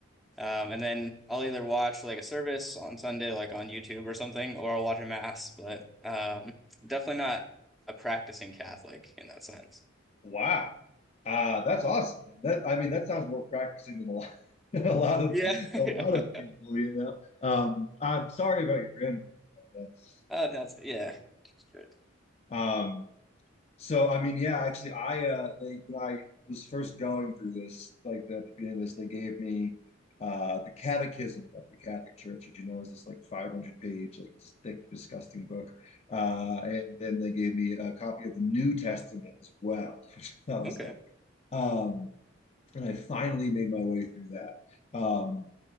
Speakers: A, in the centre; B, on the left.
A: Um, and then I'll either
B: Wow.
A: watch like a service on Sunday, like on YouTube or something, or I'll watch a mass, but um, definitely not a practicing Catholic in that sense.
B: Wow. Uh, that's awesome, man. That I mean, that sounds more practicing than a lot, <laughs> a lot of
A: Yeah. <laughs>
B: a lot
A: Yeah.
B: of people, you know. Um, I'm sorry about your grandmother, though. That's
A: Oh, that's yeah. Good.
B: Um, so I mean, yeah, actually, I uh, they when I was first going through this, like at the beginning of this, they gave me uh, the Catechism of the Catholic Church, which you know is this like 500 page, like just thick, disgusting book. Uh, and then they gave me a copy of the New Testament as well, <laughs> which I thought
A: Okay.
B: was funny. Um, and I finally made my way through that. Um,